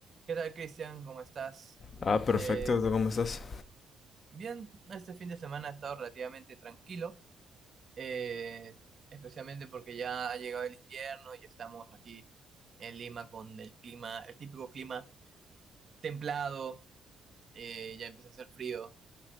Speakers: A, on the right; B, on the left.
A: ¿Qué tal, Cristian? ¿Cómo estás?
B: Ah, perfecto.
A: Eh,
B: ¿Tú cómo estás?
A: bien, este fin de semana ha estado relativamente tranquilo, eh, especialmente porque ya ha llegado el invierno y estamos aquí en Lima con el clima, el típico clima templado, eh, ya empieza a hacer frío,